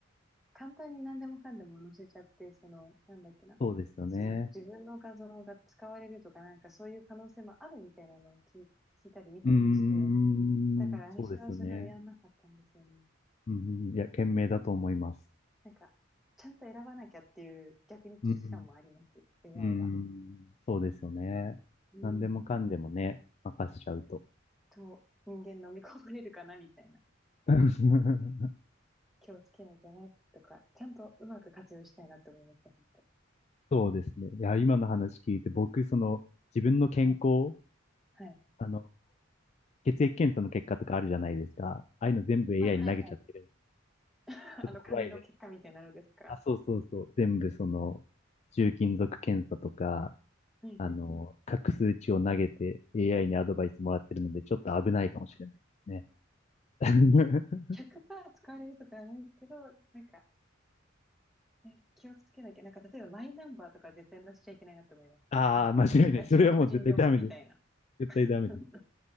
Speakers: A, in the centre; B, on the left.
A: 簡単に何でもかんでも載せちゃって、その、なんだっけな、
B: そうですよね。
A: その自分の画像が使われるとか、なんかそういう可能性もあるみたいなのを聞い聞いたり見たりして、
B: うーん。
A: だから私はそれをやんなかったんですよね。
B: そうですよね。うんうん。いや、賢明だと思います。
A: なんか、ちゃんと選ばなきゃっていう逆に危機感もあります、
B: うん
A: AI
B: うんうー
A: は。
B: ん、そうですよね。
A: うん。
B: 何でもかんでもね、任せちゃうと。
A: と、人間飲み込まれるかなみたいな。
B: <laughs>
A: 気をつけないとな、とか、ちゃんとうまく活用したいなって思いました、本当。
B: そうですね。いや、今の話聞いて、僕、その、自分の健康、
A: はい、はい。
B: あの、血液検査の結果とかあるじゃないですか。ああいうの全部 AI
A: あ、はい、
B: に投げちゃってる。
A: はい。<laughs>
B: ちょっと怖いです。
A: あの、紙の結果みたいなのですか
B: あ、そうそうそう。全部その、重金属検査とか、
A: はいはい。
B: あの、各数値を投げて AI にアドバイスもらってるので、ちょっと危ないかもしれないですね。<laughs>
A: 100%使われるとかはないけど、なんか、ね、気をつけなきゃ。なんか、例えばマイナンバーとか絶対載せちゃいけないなって思います。
B: ああ、
A: 本当。
B: 間違いない。
A: ガチの個人情報みたいな。
B: それはもう絶対ダメです。
A: <laughs>
B: 絶対ダメです。
A: っ